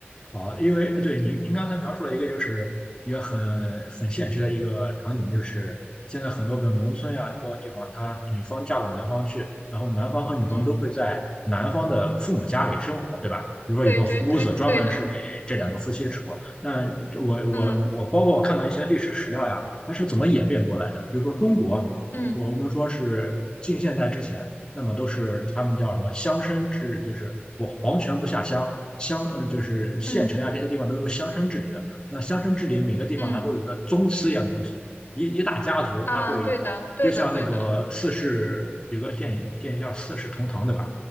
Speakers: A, on the left (about 20°); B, on the left (about 55°).
A: 好，因为对您您刚才描述了一个就是一个很很现实的一个场景，就是现在很多比如农村呀，包括地方，他女方嫁到男方去，然后男方和女方都会在男方的父母家里生活，
B: 嗯，
A: 对吧？比如说有个屋子专门是给这两个夫妻住。
B: 对对对对的，
A: 那我我我包括我看到一些历史史料呀，
B: 嗯
A: 它是怎么演变过来的？比如说中国，
B: 嗯
A: 我们说是近现代之前。那么都是他们叫什么乡绅制，就是我皇权不下乡，乡嗯就是县城呀这些地方都是乡绅治理的。
B: 嗯
A: 那乡绅治理每个地方它都有一个宗祠一样的东西，
B: 嗯。
A: 一一大家族它会有，
B: 啊，对的，对的，
A: 就像那个四世有个电影电影叫《四世同堂》对吧？
B: 对的，